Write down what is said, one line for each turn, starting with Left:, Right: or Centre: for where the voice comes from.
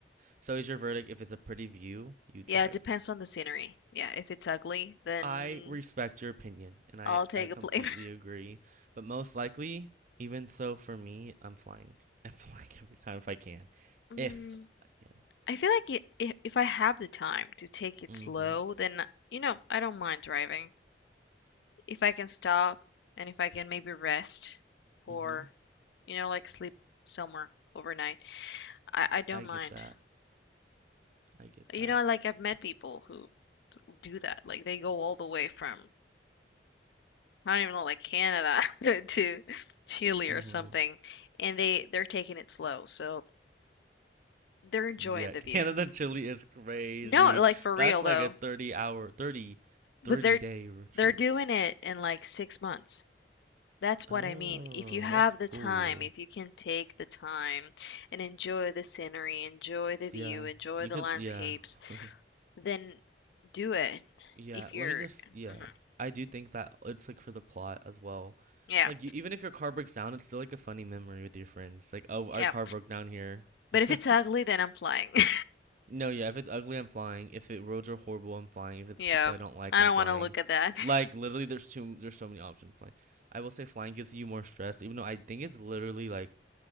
Right: so is your verdict if it's a pretty view, you drive.
Left: Yeah, it depends on the scenery. Yeah, if it's ugly, then
Right: I respect your opinion and I
Left: I'll take
Right: I completely
Left: a plane.
Right: agree, but most likely, even so for me, I'm flying. <laughs> I'm flying every time if I can.
Left: <laughs>
Right: If I can.
Left: I feel like it, if if I have the time to take it
Right: Mhm.
Left: slow, then uh, you know, I don't mind driving. If I can stop and if I can maybe rest for,
Right: Mhm.
Left: you know, like sleep somewhere overnight, I, I don't
Right: I
Left: mind.
Right: get that. I get
Left: You
Right: that.
Left: know, like I've met people who do that. Like they go all the way from I don't even know, like Canada <laughs> to Chile or
Right: Mhm.
Left: something, and they they're taking it slow, so they're enjoying
Right: Yeah,
Left: the
Right: <laughs> Canada
Left: view.
Right: Chile is crazy.
Left: No, like for real
Right: That's
Left: though,
Right: like a 30 hour thirty,
Left: but
Right: thirty
Left: they're
Right: day road trip.
Left: they're doing it in like six months. That's what
Right: Oh,
Left: I mean. If you have
Right: that's
Left: the
Right: cool.
Left: time, if you can take the time and enjoy the scenery, enjoy the view,
Right: Yeah.
Left: enjoy
Right: You
Left: the
Right: could
Left: landscapes,
Right: yeah. <laughs>
Left: then do it.
Right: Yeah,
Left: If you're,
Right: let me just yeah.
Left: Mhm.
Right: I do think that it's like for the plot as well.
Left: yeah,
Right: Like you, even if your car breaks down, it's still like a funny memory with your friends. Like, oh,
Left: yeah.
Right: our car broke down here.
Left: But if
Right: <laughs>
Left: it's ugly, then I'm flying. <laughs>
Right: No, yeah, if it's ugly, I'm flying. If it roads are horrible, I'm flying. If it's
Left: Yeah,
Right: people I don't like,
Left: I
Right: I'm
Left: don't
Right: flying.
Left: want to look at that. <laughs>
Right: Like literally there's too there's so many options flying. I will say flying gets you more stress, even though I think it's literally like